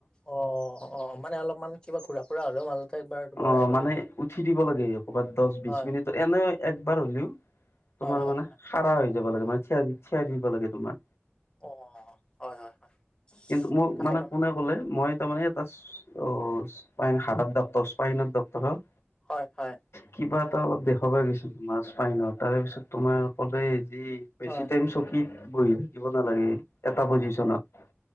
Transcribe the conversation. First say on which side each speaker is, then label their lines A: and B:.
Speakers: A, on the left; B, on the left.
A: অ', অ, মানে অলপমান কিবা ঘুৰা ফুৰা হ'লেও মাজতে একবাৰ দুবাৰ
B: অ',
A: আহিব
B: মানে
A: লাগে ন
B: উঠি দিব লাগে। কবাত দহ, বিশ
A: হয়
B: মিনিটত এনে একবাৰ হ'লেও তোমাৰ
A: হয় হয়
B: মানে
A: হয়
B: খাৰা হৈ যাব লাগে। মানে থিয় দি দিব লাগে তোমাৰ।
A: অ হয় হয় হয়
B: কিন্তু মোৰ
A: তাকেতো
B: মানে কোনে ক'লে মই তাৰ মানে এটা এচপাইন হাৰাৰ ডক্টৰক এচসাইন ডক্টৰৰ
A: হয়। হয়।
B: কিবা এটা অলপ দেখাবা গৈছ ত মাছ পাই ন তাৰ পিছত তোমাৰ কলে যি বেছি
A: হয়
B: টাইম চকীত বহি থাকিব নালাগে। এটা পজিশনত